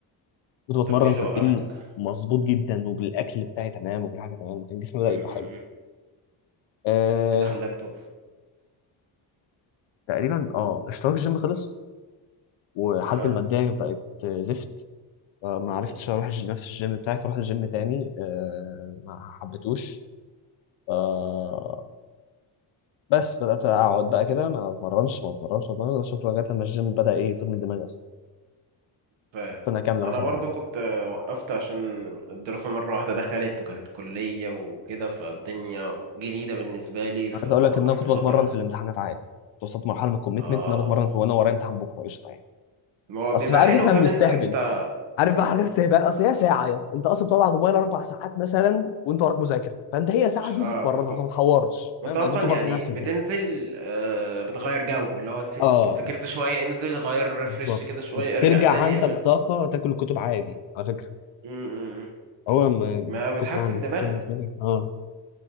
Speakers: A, on the left (about 85°); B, on the right (about 80°).
A: كنت بتمرن
B: طب وايه اللي وقفك
A: تمرين مظبوط جدا وبالاكل بتاعي تمام وكل حاجه تمام كان جسمي بدا
B: م- م-
A: يبقى
B: م.
A: حلو
B: ايه
A: أه
B: اللي خلاك تقف
A: تقريبا اه اشتراك الجيم خلص وحالتي
B: اه
A: الماديه بقت آه، زفت آه، ما
B: الناس
A: عرفتش اروح الج- نفس الجيم بتاعي فرحت الجيم تاني أه ما حبيتهوش أه بس بدات اقعد بقى كده ما اتمرنش ما اتمرنش ما اتمرنش شكرا لغايه لما الجيم بدا ايه يطير من دماغي اصلا
B: فاهم
A: سنه
B: آه.
A: كامله
B: انا
A: مثلا
B: برضو
A: ما اتمرنش.
B: كنت آه، وقفت عشان الدراسة مرة واحدة دخلت وكانت كلية وكده فالدنيا جديدة بالنسبة لي فوقفت
A: عايز اقول لك ان انا كنت
B: فترة
A: بتمرن
B: حب.
A: في الامتحانات عادي كنت وصلت مرحله من الكوميتمنت
B: اه
A: ان انا بتمرن
B: اه
A: في وانا ورايا امتحان بكره قشطه يعني
B: ما هو بيبقى
A: اصل عارف
B: حلو
A: احنا
B: فاهم
A: بنستهبل
B: ان انت اه
A: عارف
B: اه
A: بقى حاجات استهبال اصل هي ساعه يا اسطى انت اصلا بتقعد على الموبايل اربع ساعات مثلا وانت وراك مذاكره فانت هي ساعه
B: مش
A: تنزل
B: اه
A: تتمرنها
B: بالظبط
A: فما تحورش
B: وانت
A: فاهم
B: اصلا
A: انا كنت بقنع
B: يعني
A: نفسي
B: بتنزل
A: بده
B: آه بتغير جو اللي هو س-
A: اه
B: ذاكرت شوية انزل غير ريفرش
A: بالظبط
B: كده شوية
A: وبترجع
B: ارجع تاني
A: عندك
B: اعمل
A: طاقه تاكل الكتب عادي على فكره
B: م- م- م.
A: هو ما ما
B: ما بتحسن
A: كنت عامل
B: دماغك
A: كنت بالنسبه لي اه